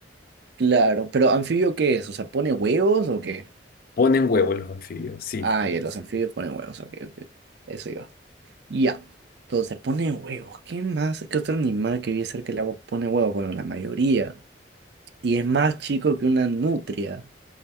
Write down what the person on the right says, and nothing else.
Claro, pero ¿anfibio qué es? O sea, ¿pone huevos o qué?
Ah, ya, los anfibios ponen huevos. Ok, ok. ok. Eso iba. Ya. Entonces, pone huevos. ¿Qué más? ¿Qué otro animal que vive cerca del agua pone huevos? Bueno, la mayoría. Y es más chico que una nutria.